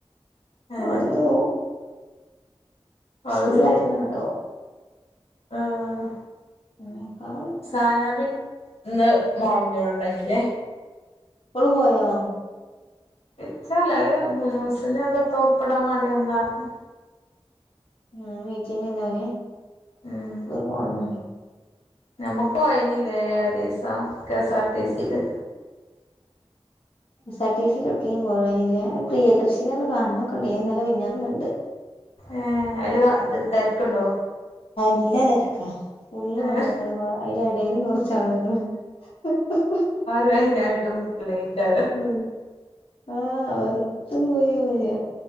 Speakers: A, on the left; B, on the left.
A: ഏഹ്
B: അർതു
A: അത്
B: സ്കൂളിലെത്തണം
A: സെരി
B: കേട്ടോ
A: ആഹ്
B: ഉം പറ
A: സാനാബി ഇന്ന് മാളന്റെോടെണ്ടായിരുന്നില്ലേ
B: ഓള് പോയോ
A: ഇച്ചല്ലത് മുനൂസിന് ത്തോപ്പിടാൻ വേണ്ടി വന്നാർന്ന്
B: ഉംമീറ്റിംഗ് ഇല്ലാനി
A: ഉം
B: ത് പോണോ
A: നമ്മുക്ക് പോയിഞ്ഞില്ലേ ദീസം കെ എസ് ആർ ടി സില്
B: സാടിസിയിലെക്കെയും പോയില്ലെ പ്രിയദർശിനിയൊന്ന് കാണൊക്കെണ്ടണ്ട് ഇന്നെല്ലെ മെനന്നാന് കണ്ട്
A: ഏ അതില് വ തിരക്കുണ്ടോ?
B: നല്ല തെരക്കാ ഫുള്ള്
A: ഏഹ്
B: പെണ്ണ്ങ്ങളും അതിന്റെയില് നോർ ച്ച് ആണുങ്ങളും <unintelligible>
A: <unintelligible>
B: മ് ആ വെറുതെ പോയി പോയ